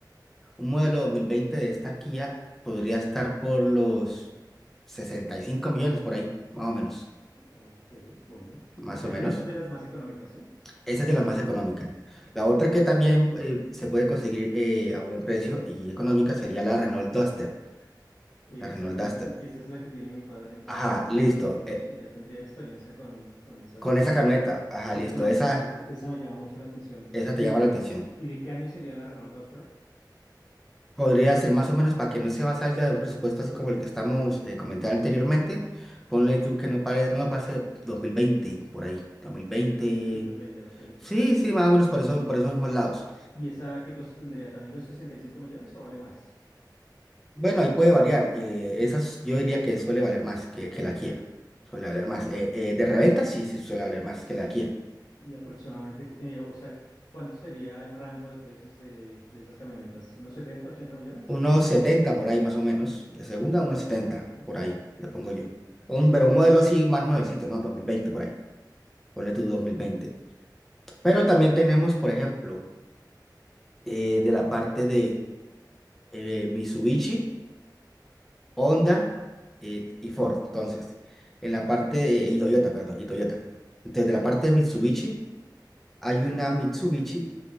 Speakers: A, in the centre; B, on the left (about 60°).
A: Un modelo 2020 de esta Kia podría estar por los 65 millones por ahí, más o menos.
B: Ok, bueno. Y-
A: Más
B: o sea,
A: o menos.
B: y esta es de las más económicas, ¿sí?
A: Esa es de la más económica.
B: Ok,
A: La otra
B: listo.
A: que también eh, se puede conseguir eh, a buen precio y económica sería la Renault Duster.
B: Exacto,
A: La Renault
B: pues
A: Duster.
B: e- esa es la que tiene mi padre, entonces,
A: Ajá, listo.
B: pues digamos
A: eh,
B: que ya tendría experiencia con, con esas,
A: con
B: con,
A: esa camioneta, ajá,
B: con
A: listo.
B: esa camioneta,
A: Esa,
B: entonces esa me llama mucho la atención. Entonces,
A: esa
B: ¿y,
A: te llama
B: es-
A: la atención.
B: ¿y de qué año sería la Renault Duster?
A: Podría ser más o menos para que no se va salga de un presupuesto así como el que estamos eh, comentando anteriormente. Ponle tú que no pare, no pase 2020 por ahí. dos mil veinte
B: También del dos mil veinte. ok.
A: Sí, sí, más o menos por eso, por esos mismos lados.
B: ¿Y esa qué costo tendría? ¿También los 65 millones o vale más?
A: Bueno, ahí puede variar. eh, esas yo diría que suele valer más que, que la Kia. Suele valer más. Eh, eh, de reventa, sí, sí, suele valer más que la Kia.
B: Y aproximadamente, cu- eh, o sea, ¿cuánto sería el rango de precios de, de esas camionetas? ¿Unos 70, 80 millones?
A: Unos 70 por ahí más o menos. De
B: 70
A: segunda,
B: millones,
A: unos 70
B: ok.
A: por ahí, le pongo yo. Un, pero un modelo así más nuevecito, ¿no? dos mil veinte por ahí. Ponle tú 2020. Pero también tenemos, por ejemplo, eh, de la parte de eh, Mitsubishi, Honda eh, y Ford. Entonces, en la parte, de- y Toyota, perdón, y Toyota. Entonces, de la parte de Mitsubishi. Hay una Mitsubishi